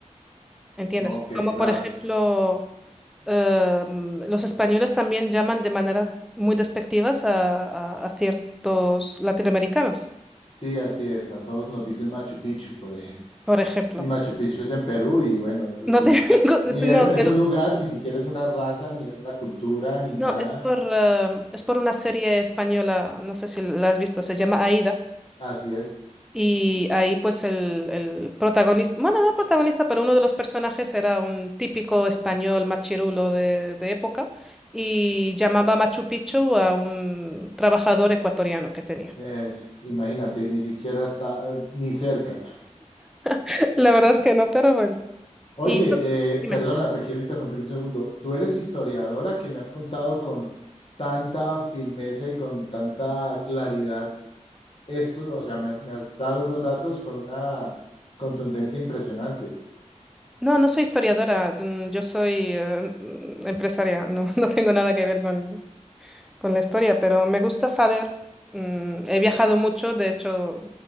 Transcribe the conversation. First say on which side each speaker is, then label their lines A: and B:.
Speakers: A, in the centre; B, on the left (about 50°).
A: ¿entiendes?
B: Ok,
A: Como
B: claro.
A: por ejemplo, em, los españoles también llaman de maneras muy despectivas a, a- a ciertos latinoamericanos,
B: Sí, así es. A todos nos dicen Machu Picchu, por ejemplo.
A: por ejemplo.
B: Y Machu Picchu es en Perú, y bueno, eso es
A: No
B: un,
A: tengo, <laughs>
B: y es,
A: no,
B: es un lugar, ni siquiera es una raza, ni es una cultura, ni nada.
A: No, es por, eh, es por una serie española, no sé si la has visto, se
B: Sí.
A: llama Aida.
B: Así es.
A: Y ahí pues el, el protagonista, bueno, no el protagonista, pero uno de los personajes era un típico español machirulo de, de época y llamaba Machu Picchu a un trabajador ecuatoriano que tenía.
B: Es- imagínate, ni siquiera está eh, ni cerca.
A: <laughs> La verdad es que no, pero bueno.
B: Oye,
A: Y
B: eh,
A: dime.
B: perdona, te quiero interrumpir un segundo. Tú eres historiadora que me has contado con tanta firmeza y con tanta claridad esto, o sea, me has, me has dado unos datos con una contundencia impresionante,
A: No, no soy historiadora, mm, yo soy eh, mm, empresaria, no, <laughs> no tengo nada que ver con, con la historia, pero me gusta saber, mm, he viajado mucho, de hecho,